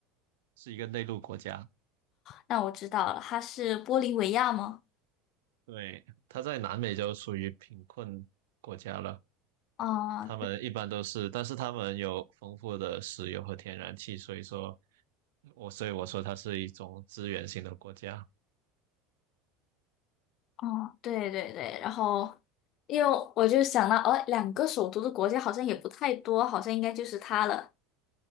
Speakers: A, on the right; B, on the left.
A: 是一个内陆国家，
B: 那我知道了，它是玻利维亚吗？
A: 对，它在南美洲属于贫困国家了，
B: 啊，
A: 他们一般都是，但是他们有丰富的石油和天然气，所以说，我所以我说它是一种资源型的国家。
B: 哦，对对对。然后，因为我就想到，哦，两个首都的国家好像也不太多，好像应该就是它了。